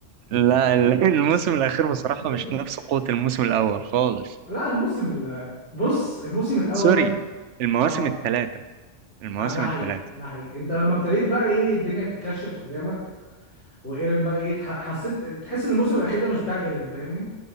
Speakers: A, on the right; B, on the left.
A: لا ال- <laughs> الموسم الاخير بصراحه
B: <laughs>
A: مش نفس قوه الموسم الاول خالص
B: لا الموسم ال... بص الموسم الاول
A: سوري المواسم
B: اه
A: الثلاثه المواسم
B: اه ده حقيقي
A: الثلاثه
B: ده حقيقي انت لما ابتديت بقى ايه الدنيا تتكشف قدامك وايرن بقى ايه تح- حسيت تحس ان الموسم الاخير ده مش بتاع ايرن فاهمني